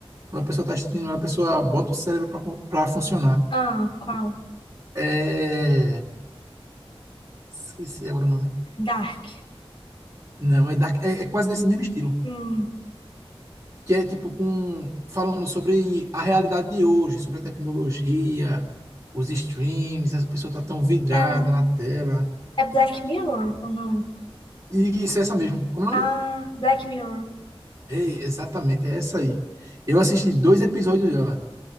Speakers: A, on the right; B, on the left.
A: Quando a pessoa está assistindo, a pessoa bota o cérebro para funcionar.
B: Ah, qual?
A: É... Esqueci agora o nome.
B: Dark.
A: Não, é, dark, é, é quase nesse mesmo estilo.
B: Hum.
A: Que é tipo com... falando sobre a realidade de hoje, sobre a tecnologia, os streams, essa pessoa tá tão vidrada
B: É,
A: na tela.
B: é Black Mirror ou não?
A: E isso é essa mesmo. Como é
B: Ah,
A: o nome?
B: Black Mirror.
A: Ei, exatamente, é essa aí. Eu assisti dois episódios dela,